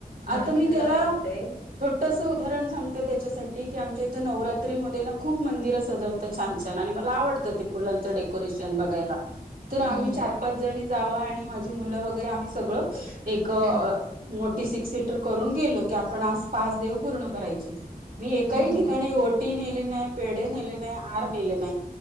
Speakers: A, on the left; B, on the right.
A: म्हणून
B: आता मी
A: तिथं
B: त्याला
A: जावं लागतंय
B: छोटस उदाहरण सांगते त्याच्यासाठी की आमच्या इथं नवरात्री मध्ये ना खूप मंदिरं सजवतं छान छान आणि मला आवडतं ते फुलांच डेकोरेशन बघायला. तर आम्ही
A: हम्म
B: चार पाच जणी जावा आणि माझी मुलं वगैरे आम्ही सगळं एक
A: हम्म
B: मोठी सिक्स सीटर करून गेलो की आपण आज पास देऊ पूर्ण करायची. मी एकाही
A: हम्म
B: ठिकाणी ओटी नेली नाही, पेढ नेले नाही, हार नेले नाही